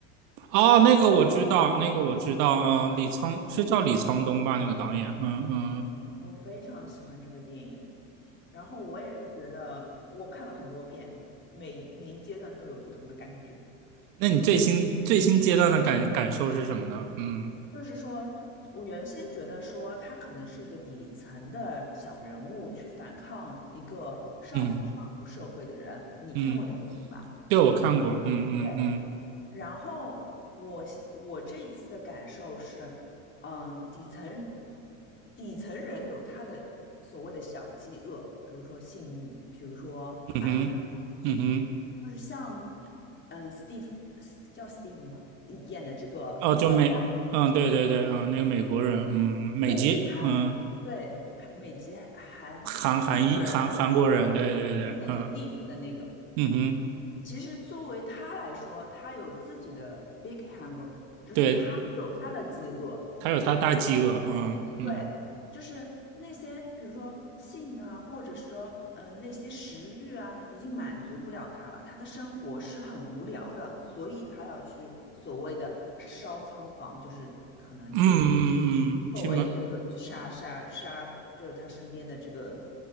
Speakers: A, on the right; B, on the left.
A: 哦，那个我知道，那个我知道。嗯，李沧是叫李沧东吧？
B: 嗯
A: 那个导演。嗯嗯。
B: 嗯我非常喜欢这个电影。然后我也是觉得，我看了很多遍，每每一阶段都有不同的感觉。
A: 那你最新最新阶段的感感受是什么呢？
B: 嗯
A: 嗯
B: 就是说，我原先觉得说他可能是一个底层的小人物去反抗一个上上流社会的人。
A: 嗯
B: 你看过这个电影吧？
A: 嗯，对我看过。嗯嗯嗯
B: 对。然后我我这一次的感受是，嗯，底层底层人有他的所谓的小饥饿，比如说性欲，比如说爱情，
A: 嗯哼嗯哼。
B: 就是像嗯，Steve 叫 Steve 嘛，演的这个富二代，
A: 哦，就美，嗯，对对对，嗯，那个美国人，嗯，美籍，
B: 对他
A: 嗯，
B: 对美籍韩韩国人来对，
A: 韩韩裔韩韩国人，对对对，
B: 就演那个
A: 嗯
B: Beef 的那个，
A: 嗯哼，
B: 其实作为他来说，他有自己的 big hunger，就是他有他的饥饿。
A: 对，他有他大饥饿，
B: 他为
A: 嗯嗯
B: 对，就是那些，比如说性啊，或者是说，嗯、那些食欲啊，已经满足不了他了。他的生活是很无聊的，所以他要去所谓的烧仓房，就是可能去
A: 嗯嗯嗯，嗯去吗？
B: 作为呃杀杀杀，就是他身边的这个